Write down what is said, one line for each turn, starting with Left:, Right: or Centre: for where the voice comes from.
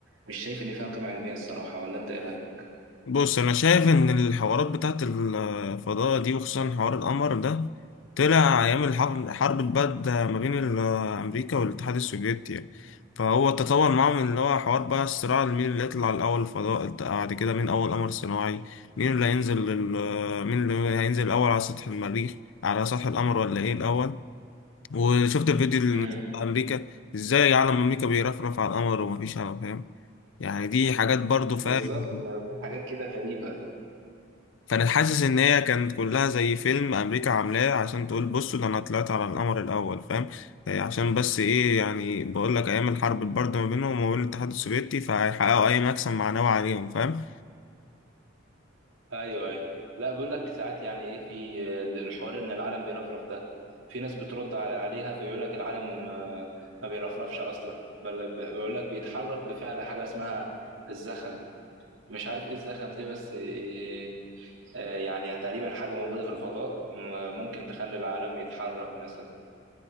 Right: مش شايف ان فيها قيمه علميه الصراحه ولا انت ايه رايك
Left: بص انا شايف ان الحوارات بتاعت الفضاء دي وخصوصا حوار القمر ده طلع ايام الحرب حرب البرد ما بين ال- امريكا والاتحاد السوفيتي يعني. فهو تطور معاهم اللي هو حوار بقى الصراع مين اللي يطلع الاول الفضاء بعد كده مين اول قمر صناعي مين اللي هينزل لل- مين اللي هينزل الاول على سطح المريخ على سطح القمر ولا ايه الاول وشفت الفيديو اللي
Right: امم
Left: نزل بتاع امريكا ازاي علم امريكا بيرفرف على القمر ومفيش علم فاهم يعني دي حاجات برضو فاهم
Right: بالظبط في حاجات كده غريبه
Left: كانت حاسس ان هي كانت كلها زي فيلم امريكا عاملاه عشان تقول بصوا ده انا طلعت على القمر الاول فاهم آه، عشان بس ايه يعني بقول لك ايام الحرب البارده ما بينهم وما بين الاتحاد السوفيتي فهيحققوا اي مكسب معنوي عليهم فاهم
Right: ايوه ايوه لا بيقول لك ساعات يعني ايه في الحوار ان العالم بيرفرف ده في ناس بترد على عليها فبيقول لك العالم آه، ما بيرفرفش اصلا بل ب- بيقول لك بيتحرك بفعل حاجه اسمها الزخم مش عارف ايه الزخم دي بس آه، آه، يعني تقريبا حاجه موجوده في الفضاء آه، ممكن تخلي العالم يتحرك مثلا